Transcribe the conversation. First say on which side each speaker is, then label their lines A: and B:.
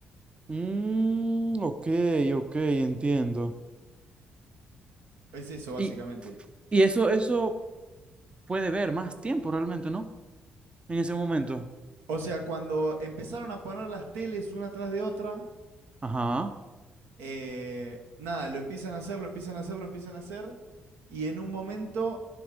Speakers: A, on the right (about 25°); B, on the right (about 80°).
A: Mm, ok, ok, entiendo.
B: Es eso, básicamente.
A: Y, y eso, eso puede ver más tiempo realmente, ¿no? En ese momento.
B: O sea, cuando empezaron a poner las teles una tras de otra,
A: Ajá.
B: eh, nada, lo empiezan a hacer, lo empiezan a hacer, lo empiezan a hacer, y en un momento,